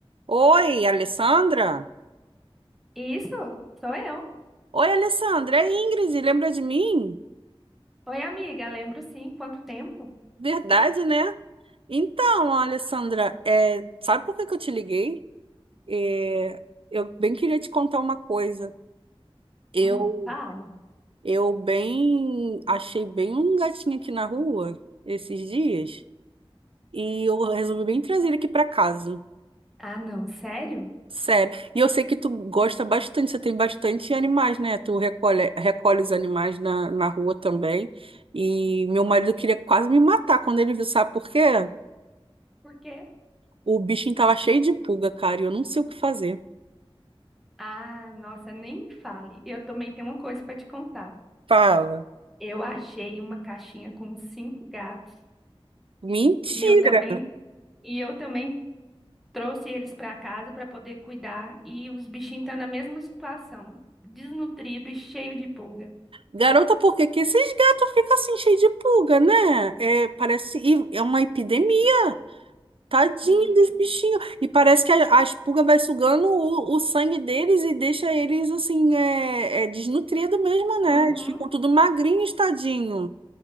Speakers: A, on the right (about 65°); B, in the centre.
A: Oi, Alessandra?
B: Isso, sou eu.
A: Oi, Alessandra, é Ingrid, lembra de mim?
B: Oi, amiga, lembro sim. Quanto tempo?
A: Verdade, né? Então, Alessandra, é, sabe por que que eu te liguei? É, eu bem queria te contar uma coisa. Eu,
B: Hum, fala.
A: eu bem achei bem um gatinho aqui na rua esses dias e eu resolvi bem trazer ele aqui para casa.
B: Ah, não, sério?
A: Sério. E eu sei que tu gosta bastante, você tem bastante animais, né? Tu recolhe, recolhe os animais na, na rua também. E meu marido queria quase me matar quando ele viu, sabe por quê?
B: Por quê?
A: O bichinho tava cheio de pulga, cara, e eu não sei o que fazer.
B: Ah, nossa, nem me fale. Eu também tenho uma coisa para te contar.
A: Fala.
B: Eu achei uma caixinha com cinco gatos
A: Mentira!
B: e eu também e eu também trouxe eles para casa para poder cuidar e os bichinhos estão na mesma situação, desnutrido e cheio de pulga.
A: Garota, por que que esses gatos ficam assim cheios de pulga, né? É, parece, e é uma epidemia. Tadinho
B: Menina,
A: dos bichinhos. E parece que a, a pulga vai sugando o, o sangue deles e deixa eles assim, é, é desnutrido mesmo, né?
B: uhum.
A: Eles ficam tudo magrinhos, tadinho.